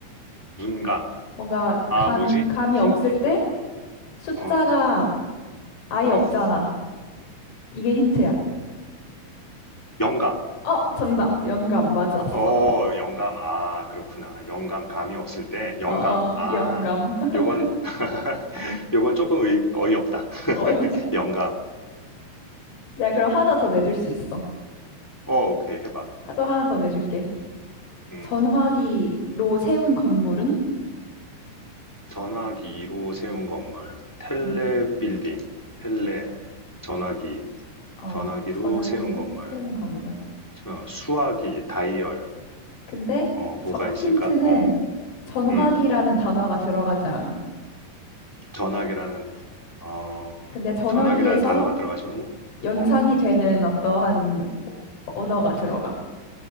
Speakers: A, in the centre; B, on the left.
A: 문감.
B: 뭔가
A: 아,
B: 감,
A: 뭐지?
B: 감이
A: 힌,
B: 없을 때 숫자가
A: 어,
B: 아예
A: 어,
B: 없잖아. 이게 힌트야.
A: 영감.
B: 어, 정답. 영감. 맞았어.
A: 어, 영감. 아, 그렇구나. 영감, 감이 없을 때, 영감.
B: 어, 어,
A: 아,
B: 영감. <laughs>
A: 요건, <laughs> 요건 조금 의, 어이없다. <laughs>
B: 어이.
A: 영감.
B: 내가 그럼 하나 더 내줄 수 있어.
A: 어, 오케이, 해봐.
B: 또 하나 더 내줄게.
A: 음,
B: 전화기로 세운 건물은?
A: 전화기로 세운 건물. 텔레
B: 음.
A: 빌딩. 텔레. 전화기.
B: 어,
A: 전화기로
B: 전화기로
A: 세운 건물.
B: 세운 건물.
A: 어, 수화기, 다이얼.
B: 근데
A: 어,
B: 저,
A: 뭐가 있을까?
B: 힌트는
A: 어,
B: 전화기라는
A: 음,
B: 단어가 들어가지 않아.
A: 전화기라는, 어,
B: 근데 전화기에서
A: 전화기라는 단어가 들어가지고
B: 연상이
A: 어,
B: 되는 어떠한 언어가 들어가.